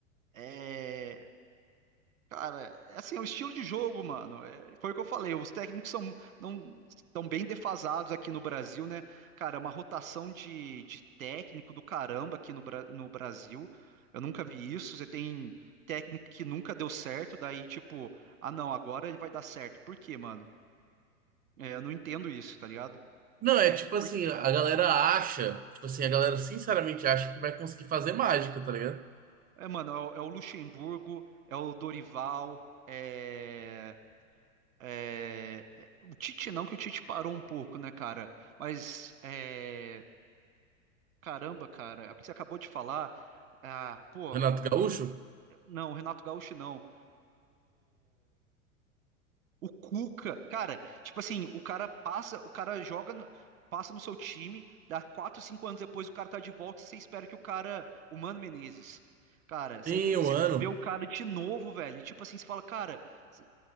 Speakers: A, on the right; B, on the right.
A: É, Cara, é assim, é o estilo de jogo, mano. É, foi o que eu falei. Os técnicos são não estão bem defasados aqui no Brasil, né? Cara, é uma rotação de, de técnico do caramba aqui no, Bra- no Brasil. Eu nunca vi isso. Você tem técnico que nunca deu certo, daí tipo, ah, não, agora ele vai dar certo. Por quê, mano? É, eu não entendo isso, tá ligado?
B: Não, é tipo assim,
A: Por-
B: a galera acha, tipo assim, a galera sinceramente acha que vai conseguir fazer mágica, tá ligado?
A: É, mano, é o, é o Luxemburgo, é o Dorival, é. É, é, o Tite não, que o Tite parou um pouco, né, cara? Mas, é, caramba, cara, é o que você acabou de falar. Ah, pô,
B: Renato Gaúcho
A: é que- não, o Renato Gaúcho não. O Cuca, cara, tipo assim, o cara passa, o cara joga, no- passa no seu time, dá 4, 5 anos depois o cara tá de volta e você espera que o cara, o Mano Menezes, cara, você,
B: em
A: você
B: um ano.
A: vê o cara de novo, velho, e tipo assim, você fala, cara, c-